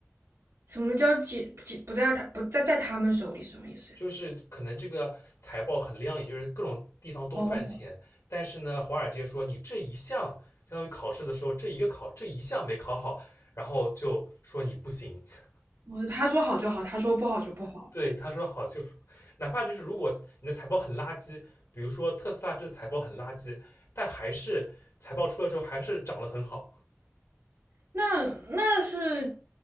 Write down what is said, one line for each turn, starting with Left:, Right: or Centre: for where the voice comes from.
Right: 什么叫解解不在他不在在他们手里是什么意思呀？
Left: 就是可能这个财报很亮眼，就是各种地方都赚钱，
Right: 哦，
Left: 但是呢，华尔街说你这一项，相当于考试的时候这一个考这一项没考好，然后就说你不行。<laughs>
Right: 我他说好就好，他说不好就不好。
Left: 对，他说好就，哪怕就是如果你的财报很垃圾，比如说特斯拉这财报很垃圾，但还是财报出了之后还是涨得很好。
Right: 那那是